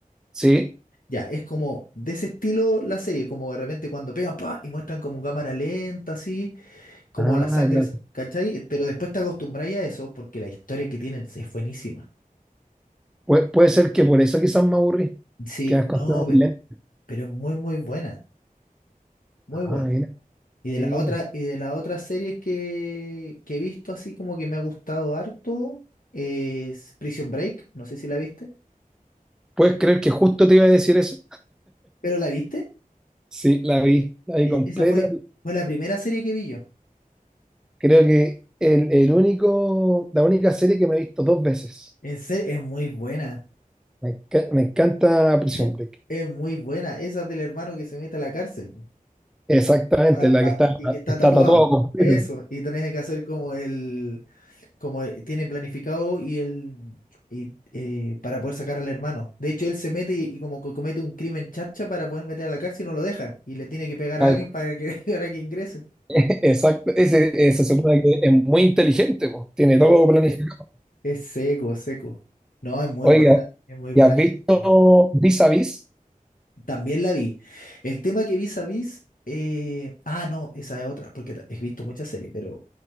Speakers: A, in the centre; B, on the left (about 65°).
A: Sí.
B: Ya, es como de ese estilo la serie, como de repente cuando pegan pa y muestran como cámara lenta, así, como
A: Ah,
B: la sangre,
A: claro.
B: es- ¿cachai? Pero después te acostumbráis a eso porque la historia que tienen es buenísima.
A: Pue- puede ser que por eso quizás me aburrí,
B: Sí,
A: que las
B: no,
A: cosas
B: pero,
A: muy lentas.
B: pero es muy, muy buena, muy
A: Ah,
B: buena.
A: mira,
B: Y
A: mira.
B: de la otra, y de las otras series que, que he visto así como que me ha gustado harto es Prison Break, no sé si la viste,
A: ¿Puedes creer que justo te iba a decir eso?
B: pero la viste.
A: Sí, la vi, la vi
B: E-
A: completa.
B: Esa fue, fue la primera serie que vi yo.
A: Creo que el, el único, la única serie que me he visto dos veces.
B: En serio, es muy buena.
A: Me, enca- me encanta
B: <laughs>
A: Prison Break.
B: Es muy buena. Esa del hermano que se mete a la cárcel po,
A: Exactamente,
B: pa-
A: la
B: pa-
A: que está,
B: y que está
A: está
B: tatuado.
A: tatuada. completo.
B: Eso. Y tenés que hacer como el, como eh, tiene planificado y él y, eh, para poder sacar al hermano. De hecho, él se mete y, y como que comete un crimen charcha para poder meter a la cárcel y no lo dejan. Y le tiene que pegar
A: Tal-
B: a alguien para que, <laughs> para que ingrese.
A: <laughs> Exacto, ese, ese se supone que es muy inteligente, po. Tiene
B: No,
A: todo planificado.
B: eh, es seco, es seco. No, es muy
A: Oiga,
B: buena, es muy buena.
A: ¿y has
B: esa
A: visto
B: película.
A: Vis a Vis?
B: También la vi. El tema que Vis a Vis, eh, ah, no, esa es otra, porque ta- he visto muchas series, pero